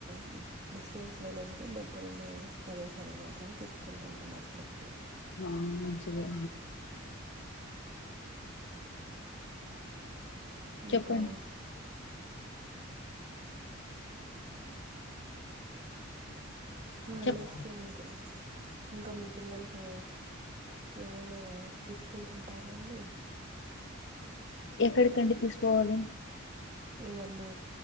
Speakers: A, on the right (about 40°); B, on the left (about 65°).
A: డిస్ డిస్టెన్స్ లో లేకుండా దగ్గరున్న ప్రదేశాలకు మాత్రమే తీసుకెళ్తుంటాం అప్పుడప్పుడు
B: ఆ మంచిదే
A: ఇంకా
B: చెప్పండి
A: హాలిడేస్
B: చెప్
A: లో ఇంకా ఇంకా మీ పిల్లలకు ఏమైనా తీసుకెళ్తుంటారా అండి
B: ఎక్కడికండి తీసుకుపోవాలి
A: ఇవన్నా